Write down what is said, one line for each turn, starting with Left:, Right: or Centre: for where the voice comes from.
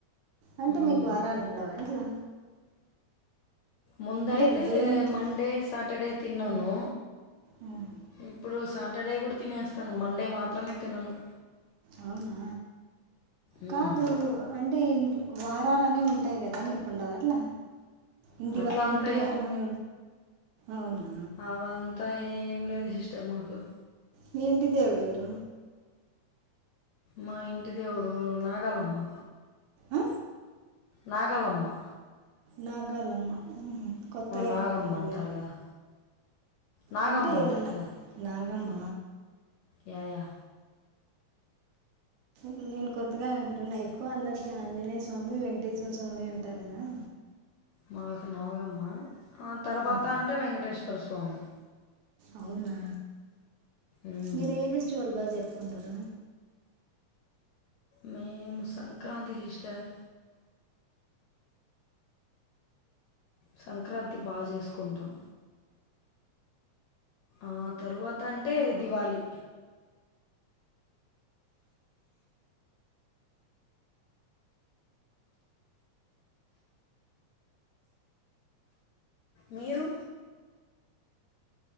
Right: అంటే
Left: మ్మ్.
Right: మీకు వారాలు ఉండవా ఇంట్లా
Left: ముందయితే
Right: అంటే దేవునికి
Left: మండే సాటర్డే తిన్నాను
Right: ఉమ్,
Left: ఎప్పుడో సాటర్డే కూడా తినేస్తను మండే మాత్రమే తినను
Right: అవునా
Left: మ్మ్.
Right: కాదూ అంటే వారాలనే ఉంటాయి కదా మీకుండవా అట్ల ఇంటి
Left: అట్లా
Right: వ
Left: అంతా
Right: ఇంటి వారం అనే అవును
Left: అవంత ఏం లేదు సిస్టర్ మాకు
Right: మీ ఇంటి దేవుడెవరు
Left: మా ఇంటి దేవుడు నాగలమ్మ
Right: ఆ?
Left: నాగలమ్మా
Right: నాగాలమ్మ కొత్తగా
Left: నాగమ్మ
Right: ఇంటున్న
Left: అంటారు
Right: పేరు
Left: కదా నాగమ్మ
Right: అంటే
Left: అంటారు
Right: ఎ నాగమ్మ
Left: యాయా
Right: నేను కొత్తగా వింటున్నా ఎక్కువ అందరి ఇ ఆంజనేయ స్వామి వెంకటేశ్వర స్వామి అంటారు గదా
Left: మాకు నాగమ్మా ఆ తర్వాత
Right: ఆహా
Left: అంటే వెంకటేశ్వర స్వా వామి
Right: అవునా
Left: మ్మ్.
Right: మీరు ఏ ఫెస్టివల్ బాజ్ కుండరా
Left: మేము సంక్రాతి సిస్టర్ సంక్రాంతి బా చేసుకుంటాం ఆ తరువాత అంటే దీవాలి మీరు